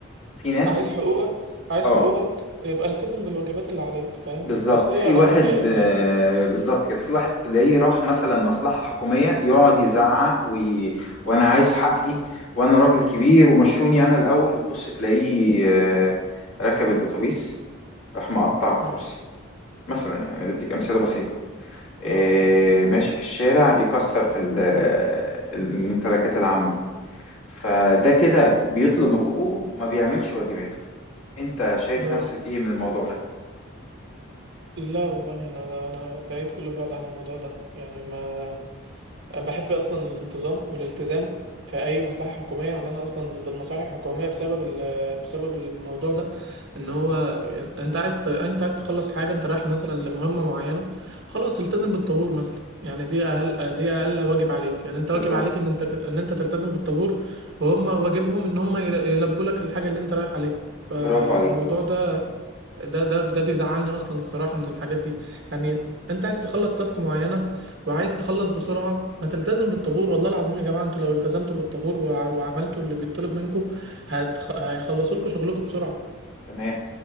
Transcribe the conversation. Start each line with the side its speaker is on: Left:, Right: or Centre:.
Left: في ناس
Right: عايز حقوقك عايز
Left: اه
Right: حقوقك يبقى التزم بالواجبات اللي عليك فاهم
Left: بالظبط
Right: اصل هي
Left: في
Right: رايحة
Left: واحد
Right: جاية فاهم
Left: آه، بالظبط كده في واحد تلاقيه راح مثلا مصلحة حكومية يقعد يزعق وي... وانا عايز حقي وانا راجل كبير ومشوني انا الاول تبص تلاقيه آه، ركب الاتوبيس راح مقطع
Right: اه
Left: الكرسي مثلا يعني بديك امثلة بسيطة آه،
Right: اه اه
Left: ماشي في الشارع يكسر في ال- آه، الممتلكات العامة فده كده بيطلب حقوقه ما بيعملش واجباته انت شايف
Right: لا
Left: نفسك ايه من الموضوع ده
Right: لا والله انا انا بعيد كل البعد عن الموضوع ده يعني ما بحب اصلا الانتظام والالتزام في اي مصلحه حكوميه يعني انا اصلا ضد المصالح الحكوميه بسبب ال- بسبب الموضوع ده ان هو يعني انت عايز ت... انت عايز تخلص حاجه انت رايح مثلا لمهمه معينه خلاص التزم بالطابور مثلا يعني دي اقل دي اقل واجب عليك يعني انت
Left: بالظبط
Right: واجب عليك ان انت ان انت تلتزم بالطابور وهم واجبهم ان هم يل- يلبوا لك الحاجه اللي انت رايح عليها فالموضوع
Left: برافو عليك
Right: ده ده ده ده بيزعلني اصلا الصراحه من الحاجات دي يعني انت عايز تخلص تاسك معينه وعايز تخلص بسرعه ما تلتزم بالطابور والله العظيم يا جماعه انتوا لو التزمتوا بالطابور وع- وعملتوا اللي بيطلب منكم هتخ... هيخلصوا لكم شغلكم بسرعه
Left: تمام.